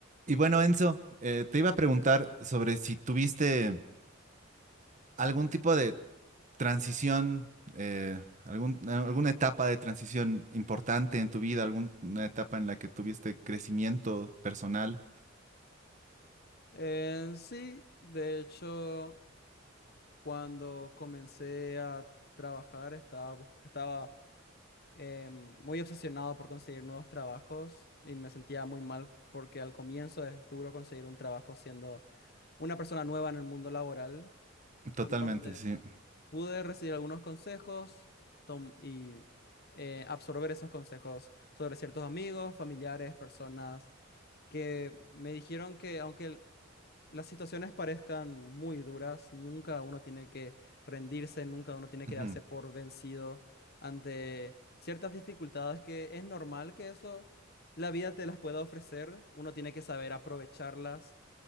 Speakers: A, on the right; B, on the left.
A: Y bueno, Enzo, eh, te iba a preguntar sobre si tuviste algún tipo de transición, eh, algún- eh, alguna etapa de transición importante en tu vida, alguna etapa en la que tuviste crecimiento personal.
B: Eh, sí, de hecho, cuando comencé a trabajar estaba, bus- estaba em, muy obsesionado por conseguir nuevos trabajos y me sentía muy mal porque al comienzo es duro conseguir un trabajo siendo una persona nueva en el mundo laboral
A: Totalmente,
B: y donde
A: sí.
B: pude recibir algunos consejos tom- y eh, absorber esos consejos sobre ciertos amigos, familiares, personas que me dijeron que aunque... las situaciones parezcan muy duras, nunca uno tiene que rendirse, nunca uno tiene
A: Ujú.
B: que darse por vencido ante ciertas dificultades que es normal que eso la vida te las pueda ofrecer, uno tiene que saber aprovecharlas.